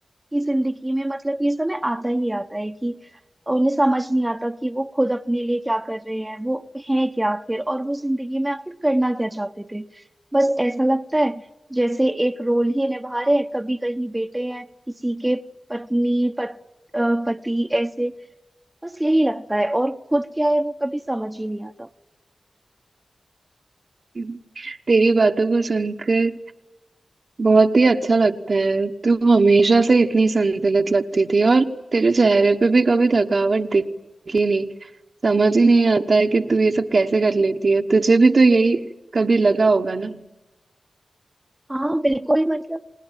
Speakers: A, on the right; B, on the right.
A: की जिंदगी में मतलब ये समय आता ही आता है कि उन्हें समझ नहीं आता कि वो खुद अपने लिए क्या कर रहे हैं वो हैं क्या आखिर और वो जिंदगी में आखिर करना क्या चाहते थे बस ऐसा लगता है जैसे एक रोल ही निभा रहे हैं कभी कहीं बेटे हैं किसी के पत्नी पत, अ, पति ऐसे बस यही लगता है और खुद क्या है वो कभी समझ ही नहीं आता
B: हम्म। तेरी बातों को सुनकर बहुत ही अच्छा लगता है तू हमेशा से इतनी संतुलित लगती थी और तेरे चेहरे पे भी कभी थकावट दिखी नहीं समझ ही नहीं आता है कि तू ये सब कैसे कर लेती है तुझे भी तो यही कभी लगा होगा ना
A: हाँ बिल्कुल मतलब